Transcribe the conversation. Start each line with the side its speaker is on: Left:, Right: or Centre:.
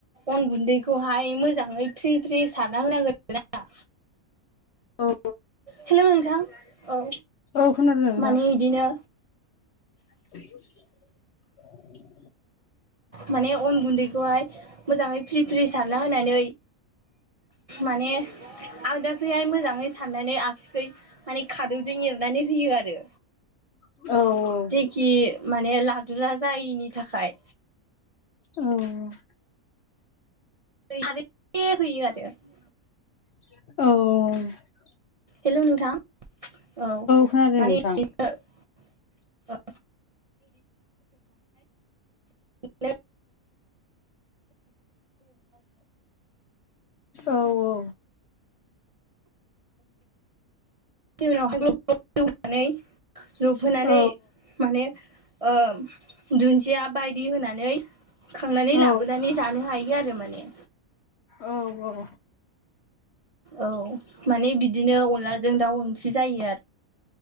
Right: अन गुन्दैखौहाय मोजाङै फ्रि फ्रि सारनाहोनांगोन ना।
Left: औ
Right: हेल' नोंथां औ
Left: औ खोनादों नोंथां
Right: माने इदिनो
Left: <inaudible>
Right: माने अन गुन्दैखौहाय मोजाङै फ्रि फ्रि सारना होनानै माने आगदाखैहाय मोजाङै साननानै आगसिखै माने खादौजों एरनानै होयो आरो।
Left: औ औ।
Right: खि माने लादुरा जायिनि थाखाय।
Left: औ औ।
Right: <unintelligible>
Left: औ औ औ।
Right: हेल' नोंथां औ
Left: खोनादों
Right: माने
Left: नोंथां
Right: इदिनो <unintelligible>
Left: औ औ।
Right: <inaudible> उनावहाय ग्लब ग्लब जौनानै जबहोनानै
Left: औ
Right: माने ओ दुन्दिया बायदि होनानै खांनानै
Left: औ
Right: लाबोनानै जानो हायो आरो माने।
Left: औ औ।
Right: औ माने बिदिनो अनलाजों दाउ ओंख्रि जायो